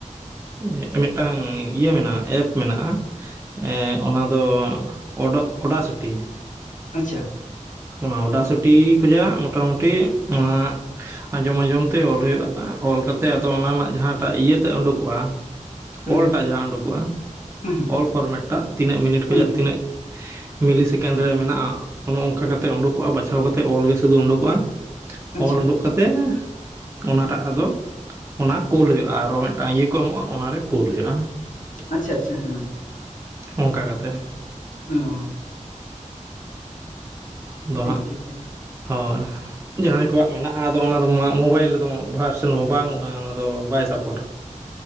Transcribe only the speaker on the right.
ᱢᱤ ᱢᱤᱫᱴᱟᱝ ᱤᱭᱟᱹ ᱢᱮᱱᱟᱜᱼᱟ ᱮᱯ ᱢᱮᱱᱟᱜᱼᱟ ᱮᱸᱜ ᱚᱱᱟ ᱫᱚ ᱚᱰᱚ-ᱚᱰᱟᱥᱤᱴᱤ᱾
ᱚᱱᱟ ᱚᱰᱟᱥᱩᱴᱤ ᱠᱷᱚᱡᱟᱜ ᱢᱚᱴᱟᱢᱩᱴᱤ ᱚᱱᱟ ᱟᱸᱡᱚᱢ ᱟᱸᱡᱚᱢ ᱛᱮ ᱚᱞ ᱦᱩᱭᱩᱜᱼᱟ ᱚᱞ ᱠᱟᱛ ᱛᱮ ᱟᱫᱚ ᱚᱱᱟ ᱱᱟᱜ ᱡᱟᱦᱟᱸᱴᱟᱜ ᱤᱭᱟᱹᱛᱮ ᱚᱰᱩᱠᱚᱜᱼᱟ
ᱚᱞᱴᱟᱜ ᱡᱟᱦᱟᱸ ᱚᱰᱩᱠᱚᱜᱼᱟ᱾
ᱚᱞ ᱯᱷᱚᱨᱢᱮᱴᱟ ᱛᱤᱱᱟᱹᱜ ᱢᱤᱱᱤᱴ ᱠᱷᱚᱡᱟᱜ
ᱛᱤᱱᱟᱹᱜ ᱢᱤᱞᱤ ᱥᱮᱠᱮᱱᱰ ᱨᱮ ᱢᱮᱱᱟᱜᱼᱟ ᱚᱱᱚ ᱚᱱᱠᱟ ᱠᱟᱛᱮ ᱩᱰᱩᱠᱚᱜᱼᱟ ᱵᱟᱪᱷᱟᱣ ᱠᱟᱛᱮ ᱚᱞ ᱜᱮ ᱥᱩᱫᱩ ᱩᱰᱩᱠᱚᱜᱼᱟ᱾
ᱚᱞ ᱩᱰᱩᱠ ᱠᱟᱛᱮ ᱚᱱᱟᱴᱟᱜ ᱟᱫᱚ᱾ ᱚᱱᱟ ᱠᱩ ᱚᱞ ᱦᱩᱭᱩᱜᱼᱟ ᱟᱨᱚ ᱢᱤᱴᱟᱱ ᱤᱭᱟᱹ ᱠᱚ ᱮᱢᱚᱜᱼᱟ ᱚᱱᱟᱨᱮ ᱠᱩᱞ ᱦᱩᱭᱩᱜᱼᱟ᱾
ᱚᱱᱠᱟ ᱠᱟᱛᱮ
ᱫᱚ
ᱦᱟᱸᱜ
ᱦᱳᱭ ᱡᱟᱦᱟᱸᱭ ᱠᱚᱣᱟᱜ ᱢᱮᱱᱟᱜᱼᱟ ᱟᱫᱚ ᱚᱱᱟ ᱫᱚ ᱢᱳᱵᱟᱭᱤᱞ ᱨᱮᱫᱚ ᱵᱷᱟᱨᱥᱮᱱ ᱵᱟᱹᱱᱩᱜᱼᱟ ᱚᱱᱟ ᱫᱚ ᱵᱟᱭ ᱥᱟᱯᱳᱴᱟ